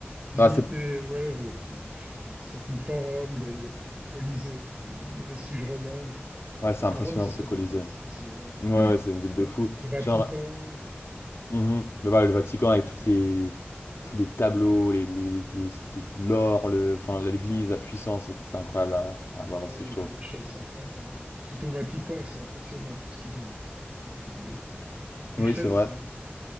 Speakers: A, on the right (about 30°); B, on the left (about 70°).
A: visiter,
B: Ouais, c'est
A: ouais, enfin, surtout le forum, les, le Colisée, enfin, les, les vestiges romains.
B: ouais, c'est impressionnant
A: Rome, c'est
B: ce
A: très
B: Colisée.
A: intéressant aussi. hein.
B: Ouais, ouais, c'est une ville de
A: Euh,
B: fou.
A: le Vatican,
B: Genre,
A: il y
B: mhm, le, le Vatican avec toutes les, tous les tableaux, les, les, les- les- l'or, le, enfin, l'église, la puissance, c'est c'est incroyable à, à voir
A: a ouais,
B: aussi,
A: il
B: je
A: y a
B: trouve.
A: des richesses incroyables. Surtout au Vatican, c'est impressionnant tout ce qu'ils ont, ce qu'ils ont cumulé comme, euh, comme richesse.
B: Oui, c'est vrai.
A: hein, c'est